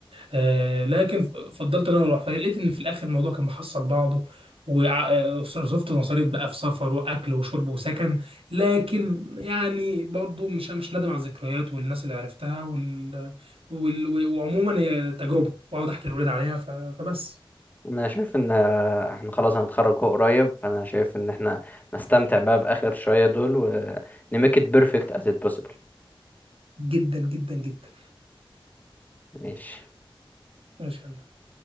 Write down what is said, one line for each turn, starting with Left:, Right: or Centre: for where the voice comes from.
Right: آه لكن ف- فضلت ان انا اروح فلقيت ان في الاخر الموضوع كان محصل بعضه وصرفت مصاريف بقى في سفر واكل وشرب وسكن لكن يعني برضو مش مش نادم على الذكريات والناس اللي عرفتها وال... وال... و- وعموما هي تجربه واقعد احكي لاولاد عليها ف... فبس
Left: أنا شايف إن آه، إحنا خلاص هنتخرج هو قريب فأنا شايف إن إحنا نستمتع بقى بآخر شوية دول ونميك إت بيرفكت as it possible
Right: جدا جدا جدا
Left: ماشي
Right: ماشي يا هندسة.